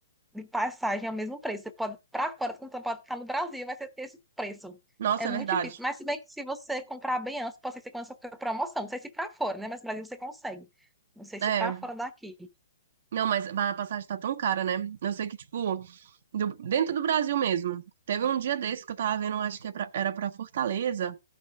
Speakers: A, in the centre; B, on the right.
A: de passagem é o mesmo preço. Você pode ir pra fora, quando você pode ficar no Brasil, vai ser esse preço.
B: Nossa,
A: É muito
B: é verdade.
A: difícil. Mas se bem que se você comprar bem antes, pode ser que você consiga com promoção. Não sei se pra fora, né? Mas no Brasil você consegue. Não sei se
B: É.
A: pra fora daqui.
B: Não, mas mas a passagem tá tão cara, né? Eu sei que, tipo, do- dentro do Brasil mesmo. Teve um dia desse que eu tava vendo, acho que é pra- era pra Fortaleza.